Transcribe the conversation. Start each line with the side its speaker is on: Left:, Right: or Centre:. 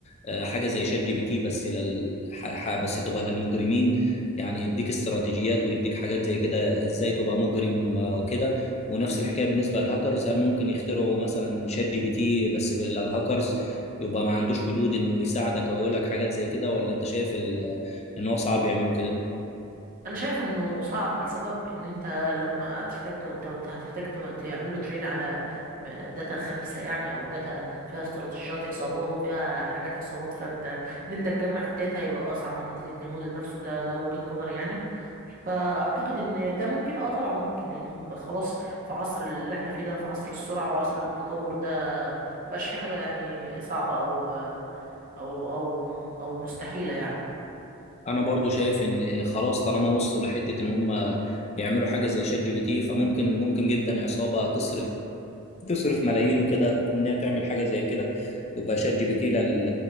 Left: آه، حاجه زي شات جي بي تي بس لل ح- ح- بس تبقى للمجرمين يعني يديك استراتيجيات ويديك حاجات زي كده ازاي تبقى مجرم آه، وكده ونفس الحكايه بالنسبه للهاكرز هل ممكن يخترعوا مثلا شات جي بي تي بس للهاكرز يبقى ما عندوش حدود انه يساعدك او يقول لك حاجات زي كده ولا انت شايف ال- ان هو صعب يعملوا كده
Right: انا شايف انه صعب لسبب ان انت لما تحتاج ت- هتحتاج تم- تعمل له ترين على م- داتا خبيثه يعني او داتا فيها استراتيجيات عصابات وفيها حاجات عصابات فانت ان انت تجمع الداتا هيبقى اصعب من ان انت تبني الموديل نفسه ده ده وجهه نظري يعني فاعتقد ان ده ممكن اه طبعا ممكن لان م- خلاص في عصر اللي احنا فيه ده في عصر السرعه وعصر التطور ده مبقاش في حاجه يعني صعبه او او او او مستحيله يعني
Left: انا برضو شايف ان خلاص طالما وصلوا لحته ان هم يعملوا حاجه زي شات جي بي تي فممكن ممكن جدا عصابه تصرف تصرف ملايين وكده انها تعمل حاجه زي كده يبقى شات جي بي تي لل...